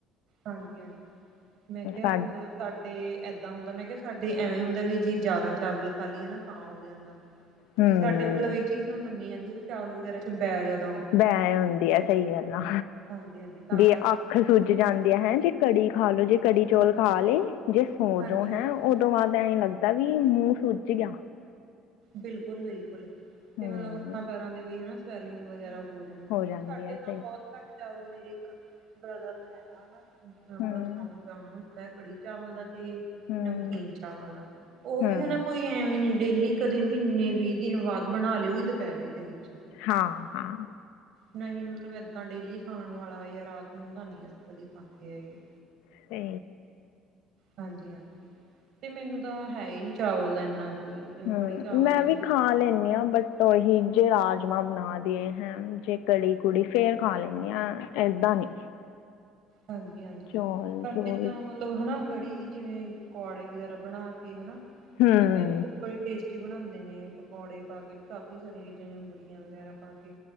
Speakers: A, on the right; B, on the left.
A: ਹਾਂਜੀ ਹਾਂਜੀ, ਮੈਂ ਕਿਹਾ
B: ਸਾ
A: ਮਤਲਬ ਸਾਡੇ ਇਏਦਾਂ ਹੁੰਦਾ, ਮੈਂ ਕਿਹਾ ਸਾਡੇ ਐਵੇਂ ਹੁੰਦਾ ਵੀ ਜੇ ਜ਼ਿਆਦਾ ਚਾਵਲ ਖਾਲੀ ਹੈ ਨਾ ਤਾਂ ਹੋ ਜਾਂਦਾ।
B: ਹੂੰ
A: ਵੀ ਸਾਡੇ ਮਤਲਬ ਇਹ ਚੀਜ਼ ਤਾਂ ਮੰਨੀ ਜਾਂਦੀ ਵੀ, ਚਾਵਲ ਵਗੈਰਾ 'ਚ ਬਹਿ ਜਾਂਦਾ
B: ਬੈਂ ਹੁੰਦੀ ਆ, ਸਹੀ ਗੱਲ ਆ,
A: ਹਾਂਜੀ-ਹਾਂਜੀ ਤਾਂ
B: ਵੀ
A: ਕਰਕੇ
B: ਅੱਖ
A: ਮਤਲਬ
B: ਸੂ ਜਾਂਦੇ ਆ ਹੈਂ। ਜੇ ਕੜੀ ਖਾ ਲੋ ਜੇ ਕੜੀ ਚੌਲ ਖਾ ਲਏ। ਜੇ ਸੋਜੋ
A: ਹਾਂਜੀ-ਹਾਂਜੀ
B: ਹੈ। ਉਦੋਂ ਬਾਅਦ ਐਂ ਲੱਗਦਾ ਵੀ ਮੂੰਹ ਸੁੱਜ ਗਿਆ।
A: ਬਿਲਕੁਲ-ਬਿਲਕੁਲ, ਤੇ
B: ਹੂੰ
A: ਮਤਲਬ ਹੱਥਾਂ ਪੈਰਾਂ ਦੇ ਵੀ ਹਨਾ ਸਵੈਲਿੰਗ ਵਗੈਰਾ। ਹੋ ਜਾਣ ਮਤਲਬ,
B: ਜਾਂਦੀ
A: ਸਾਡੇ
B: ਆ
A: ਤਾਂ
B: ਸਹੀ
A: ਬਹੁਤ ਘੱਟ ਚਾਵਲ ਮੇਰੇ ਇੱਕ ਬ੍ਰਦਰ ਨੂੰ ਹੈਗਾ ਹਨਾ ਸ਼ੌਂਕ
B: ਹੂੰ
A: ਹੈ। ਉਹਨਾ ਨੂੰ ਕੜੀ ਚਾਵਲ ਦਾ ਤੇ
B: ਹੂੰ
A: ਨਮਕੀਨ ਚਾਵਲ ਦਾ ਉਹ
B: ਹੂੰ
A: ਵੀ ਹਨਾ ਕੋਈ ਐਵੇ ਹੀ ਨੀ ਡੇਲੀ ਕਦੇ, ਮਹੀਨੇ ਵੀਹ ਦਿਨ ਬਾਅਦ ਬਣਾ ਲਿਓਗੀ ਦੁਪਹਿਰੇ ਦੇ ਵਿੱਚ
B: ਹਾਂ, ਹਾਂ।
A: ਨਹੀਂ, ਮਤਲਬ, ਏਦਾਂ ਡੇਲੀ ਖਾਣ ਵਾਲਾ ਜਾਂ ਰਾਤ ਨੂੰ ਤਾਂ ਨਹੀਂ ਇਸ ਕਦੀ ਖਾਂਦੇ ਹੈਗੇ।
B: ਅਤੇ
A: ਹਾਂਜੀ-ਹਾਂਜੀ, ਤੇ ਮੈਨੂੰ ਤਾਂ ਹੈ, ਹੀ ਨੀ ਚਾਵਲ ਦਾ ਇੰਨਾ ਕੋਈ ਜਿਵੇਂ
B: ਹੂ,
A: ਕੜੀ ਚਾਵਲ
B: ਮੈਂ
A: ਦਾ
B: ਵੀ
A: ਨੀ
B: ਖਾ ਲੈਂਦੀ ਹਾਂ। ਬਟ ਤੋਂਹੀ, ਜੇ ਰਾਜਮਾਂ ਬਣਾ ਦੇਏ ਹੈਂ। ਜੇ ਕੜੀ ਕੁੜੀ ਫੇਰ ਖਾ ਲੈਂਦੀ ਹਾ, ਏਦਾਂ ਨੀ।
A: ਹਾਂਜੀ-ਹਾਂਜੀ,
B: ਚੌਲ
A: ਪਰ
B: ਚੌਲ
A: ਜਿੱਦਾਂ ਮਤਲਬ ਹਨਾ। ਕੜੀ ਜਿਵੇਂ ਪਕੌੜੇ ਵਗੈਰਾ ਬਣਾ ਕੇ ਹਨਾ।
B: ਹੂੰ
A: ਬੜੀ ਟੇਸਟੀ ਬਣਾਉਂਦੇ ਨੇ, ਪਕੌੜੇ ਪਾ ਕੇ ਕਾਫੀ ਸਾਰੀਆਂ ਚੀਜ਼ਾਂ ਨੇਬੜੀਆਂ ਵਗੈਰਾ ਪਾ ਕੇ